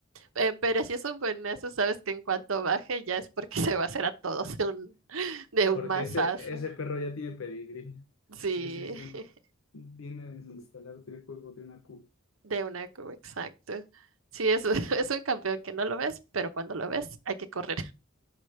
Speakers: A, on the right; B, on the left.
A: Eh, pero si es un buenazo, sabes que en cuanto baje ya es porque <laughs> se va a hacer a todos de un, de un
B: Porque
A: mazazo.
B: ese, ese perro ya tiene pedigrí.
A: Sí,
B: Sí, sí, sí.
A: <laughs>
B: Viene a desinstalarte el juego de una Q.
A: de una, cu- exacto. Sí, es, <laughs> es un campeón que no lo ves, pero cuando lo ves hay que correr.